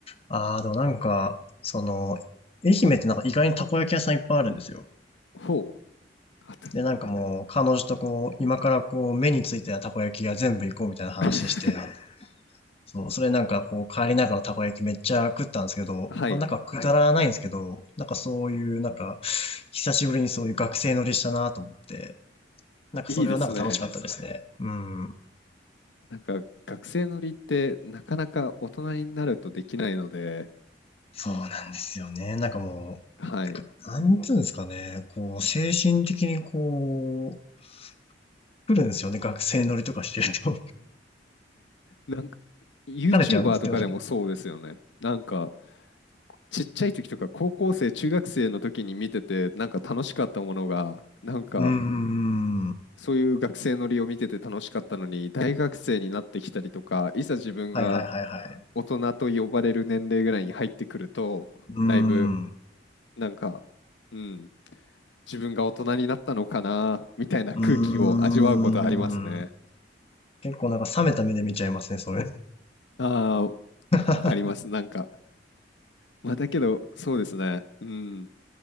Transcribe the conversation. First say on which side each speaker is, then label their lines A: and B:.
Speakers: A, on the left; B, on the left.
A: ああ、でもなんか、その、愛媛ってなんか意外にたこ焼き屋さんいっぱいあるんですよ。
B: ほう。あた
A: で、なんかもう、彼女とこう、今からこう、目についたたこ焼きが全部行こうみたいな話して、
B: <laughs>
A: そう、それなんかこう帰りながらたこ焼きめっちゃ食ったんですけど、
B: はい。
A: まあなんかくはだいらないんですけど、なんかそういうなんか、久しぶりにそういう学生乗りしたなと思って、なんかそれはなんか楽しいいかっでたですすね。
B: いいですね。
A: ねうん。
B: なんか学生乗りってなかなか大人になるとできないので、
A: そうなんですよね。なんかもう、
B: はい。
A: かなんつうんですかね、こう、精神的にこう、来るんですよね。学生乗りとかしてると。<laughs>
B: なんか YouTuber
A: 疲れちゃうんですよね。
B: とかでもそうですよね。なんかちっちゃい時とか高校生、中学生の時に見ててなんか楽しかったものが、なんか
A: うーん。は
B: そういう学生乗りを見てて楽しかったのに、大学生になってきたりとか、いざ自分が
A: いはいはいはい。
B: 大人と呼ばれる年齢ぐらいに入ってくると、
A: うーん。
B: だいぶ
A: う
B: なんか、うん、自分が大人になったのかな、みたいな空気を味わうことはありますね。
A: ーん。結構なんか冷めた目で見ちゃいますね、それ。
B: ああ、わ
A: <laughs>
B: かります。なんか、まあ、だけど、そうですね。うん、